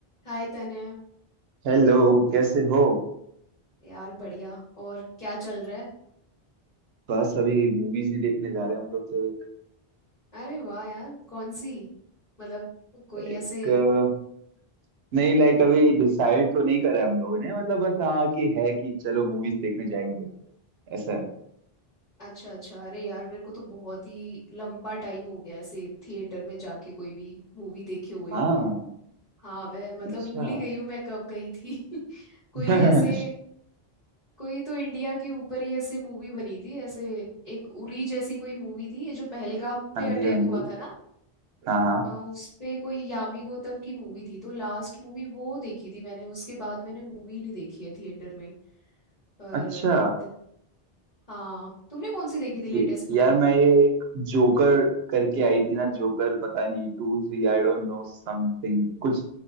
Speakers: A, on the left; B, on the right.
A: हाय तने
B: Hello कैसे हो
A: यार बढ़िया और क्या चल रहा है
B: बस अभी मूवीज भी देखने जा रहे हैं हम लोग तो
A: अरे वाह यार कौन सी मतलब कोई
B: एक
A: ऐसे
B: अ, नहीं लाइक अभी डिसाइड तो नहीं करा है हम लोगों ने मतलब बस हाँ कि है कि चलो मूवीज देखने जाएंगे ऐसा है
A: अच्छा अच्छा अरे यार मेरे को तो बहुत ही लंबा टाइम हो गया ऐसे थिएटर में जाके कोई भी मूवी देखे हुए
B: हाँ
A: हाँ मैं मतलब
B: अच्छा
A: भूल ही गई हूँ मैं कब गई थी <laughs> कोई
B: <laughs> हाँ
A: ऐसे कोई तो इंडिया के ऊपर ही ऐसे मूवी बनी थी ऐसे एक उरी जैसी कोई मूवी थी ये जो पहलगाम
B: जी
A: पे अटैक
B: हाँ
A: हुआ
B: जी
A: था ना
B: हाँ हाँ
A: अ, उस पे कोई यामी गौतम की मूवी थी तो लास्ट मूवी वो देखी थी मैंने उसके बाद मैंने मूवी नहीं देखी है थिएटर में पर
B: अच्छा
A: दि- हाँ तुमने कौन सी देखी थी
B: ये
A: लेटेस्ट मूवी
B: यार मैं ये एक जोकर करके आई थी ना जोकर पता नहीं two three I don't know something कुछ